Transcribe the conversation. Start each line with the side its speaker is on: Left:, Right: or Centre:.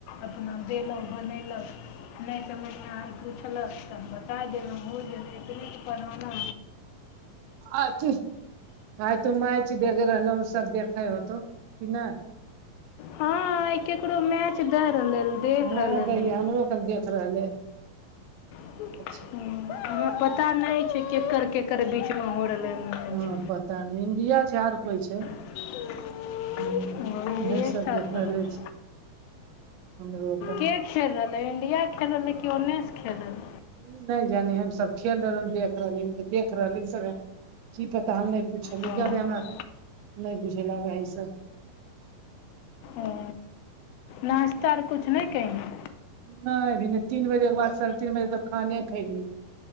Left: अपन देलहुँ बनेलक नहि तऽ महिना हइ पुछलक तऽ हम बताए देलहुँ हो गेल एतने पढ़ाना
Right: अथ आइ तू मैच देख रहलहु सब देखे होतौ नहि <unintelligible>
Left: हँ आइ केकरो मैच दैय रहलै देख
Right: हँ
Left: रहलै
Right: दइया
Left: हन
Right: हमरो कन देख रहले
Left: हु
Right: अच्छा
Left: हमरा पता नहि छै केकर केकर बीचमे हो रहलै हन मैच
Right: हँ पता नहि इंडिया छै आर कोइ छै
Left: <unintelligible>
Right: हु
Left: इंडिये
Right: उएह सब
Left: के साथ
Right: देख रहले
Left: हो रहलै
Right: छी हमरो कन
Left: के खेल रहलै इंडिया खेल रहलै कि ओन्नेसँ खेल रहलै।
Right: ई नहि जानी हम सब खेल रहलियो देख रहली देख रहली सब की पता हम नहि पुछलियौ
Left: हँ
Right: ज्यादे हमरा नहि बुझैला आबै है ई सब
Left: ओ नास्ता आर किछु नहि कहि
Right: नहि अभी नहि तीन बजे के बाद साढ़े तीन बजे तक खाने खयलिये